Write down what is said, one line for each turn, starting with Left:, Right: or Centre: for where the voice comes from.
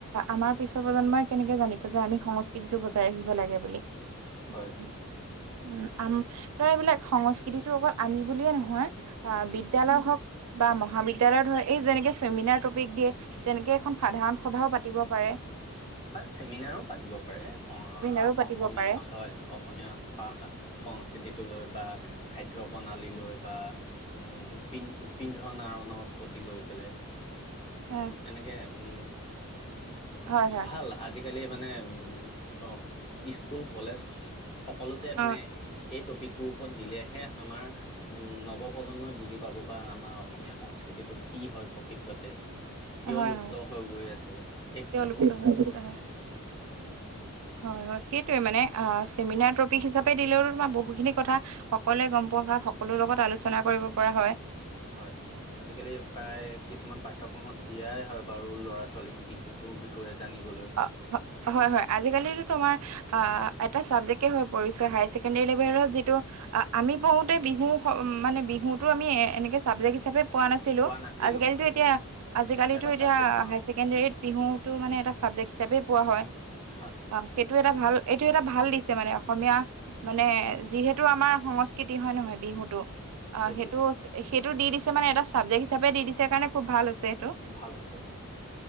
Right: আমাৰ পিছৰ প্ৰজন্মই কেনেকে জানিব যে আমি সংস্কৃতিটো বজাই ৰাখিব লাগে বুলি <unintelligible>
Left: হয়
Right: উম আম তই এইবিলাক সংস্কৃতিটো অকল আমি বুলিয়ে নহয় অ
Left: উম
Right: বিদ্যালয় হওক বা মহাবিদ্যালয় ধৰক এই যেনেকে ছেমিনাৰ টপিক দিয়ে তেনেকে এখন সাধাৰণ সভাও পাতিব পাৰে।
Left: বা চেমিনাৰো পাতিব পাৰে অ
Right: চেমিনাৰো পাতিব
Left: অসমীয়া
Right: পাৰে
Left: হয় অসমীয়া সা সংস্কৃতিটো লৈ বা খাদ্য প্ৰণালী লৈ বা উম পি পিন্ধন আৰণৰ প্ৰতি লৈ পেলে
Right: এ
Left: এনেকে উম
Right: হয় হয়
Left: ভালা আজিকালি মানে উম স্কুল, কলেজ সকলোতে
Right: অ
Left: মানে এই টপিকটোৰ ওপৰত দিলেহে আমাৰ উম নৱ প্ৰজন্মই বুজি পাব বা আমাৰ অসমীয়া সংস্কৃতিটো কি হয় প্ৰকৃততে কিয়
Right: হয়
Left: লুপ্ত
Right: হয়
Left: হৈ গৈ আছে সেই কথাটো,
Right: তেওঁলোকেতো উপকৃত হয়
Left: হা
Right: হয় হয় সেইটোৱে মানে অ চেমিনাৰ টপিক হিচাপে দিলেও তোমাৰ বহুখিনি কথা সকলোৱে গম পোৱা হয় সকলো লগত আলোচনা কৰিব পৰা হয়।
Left: হয় আজিকালি প্ৰায় কিছুমান পাঠ্যক্ৰমত দিয়াই হয় বাৰু ল'ৰা ছোৱালীক বিহুটোৰ বিষয়ে জানিবলৈ
Right: অ হ হয় হয় আজিকালিতো তোমাৰ অ এটা চাবজেক্ট হৈ পৰিছে হাই চেকেণ্ডৰী লেভেলত যিটো আমি পঢ়োতে বিহু মানে বিহুত টো আমি এনেকে চাবজেক্ট হিচাপে পোৱা নাছিলো
Left: নাছিলো
Right: আজিকালিটো
Left: হয়
Right: এতিয়া আজিকালিটো
Left: এটা
Right: এতিয়া
Left: চাবজেক্ট অ
Right: হায় ছেকেণ্ডৰীত বিহুটো মানে এটা চাবজেক্ট হিচাপে পোৱা হয়
Left: হয়
Right: অ সেইটো এটা ভাল এইটো এটা ভাল দিছে মানে অসমীয়া মানে যিহেতু আমাৰ সংস্কৃতি হয় নহয় বিহুটো অ
Left: সেইটোৱে
Right: সেইটো সেইটো দি দিছে মানে এটা চাবজেক্ট হিচাপে দি দিছে কাৰণে খুব ভাল হৈছে। এইটো
Left: ভাল হৈছে হয়।